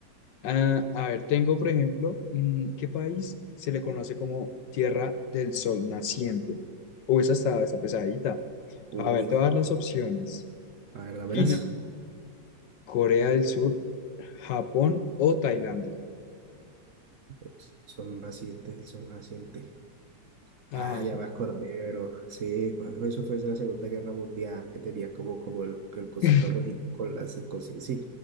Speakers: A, on the left; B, on the right.
A: Ah, a ver, tengo, por ejemplo, mm, ¿qué país se le conoce como Tierra del Sol Naciente? O esa está, está pesadita.
B: Uy,
A: A ver, te
B: cómo-
A: voy a dar las opciones.
B: a ver, dámelas.
A: China. Corea del Sur, Japón o Tailandia.
B: El sol naciente, el sol naciente.
A: Ajá.
B: Ah, ya me acordé, bro. Sí, fu- eso fue en la Segunda Guerra Mundial, que tenía como, como el, el cosito
A: <laughs>
B: rojito con las cositas. Sí,